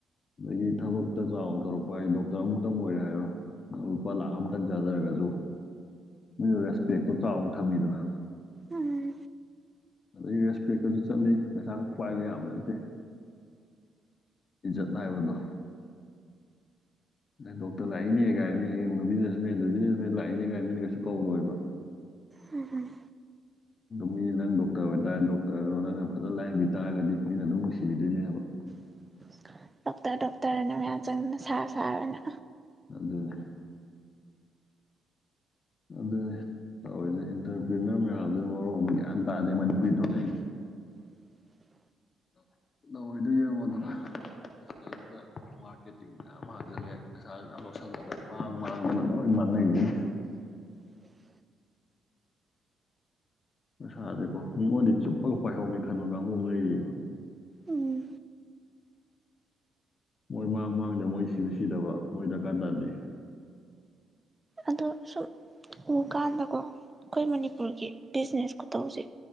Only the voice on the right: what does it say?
ꯎꯝ
ꯎꯝ ꯎꯝ
<inaudible> ꯗꯣꯛꯇꯔ ꯗꯣꯛꯇꯔ ꯍꯥꯏꯅ ꯃꯌꯥꯝ ꯆꯪꯗꯅ ꯁꯥꯔ ꯁꯥꯔꯅ
<inaudible>
<inaudible>
ꯎꯝ
ꯑꯗꯣ ꯁꯨꯝ ꯎꯀꯥꯟꯗꯀꯣ ꯑꯩꯈꯣꯏ ꯃꯅꯤꯄꯨꯔꯒꯤ ꯕꯤꯖꯤꯅꯦꯁ ꯈꯨꯇꯧꯁꯦ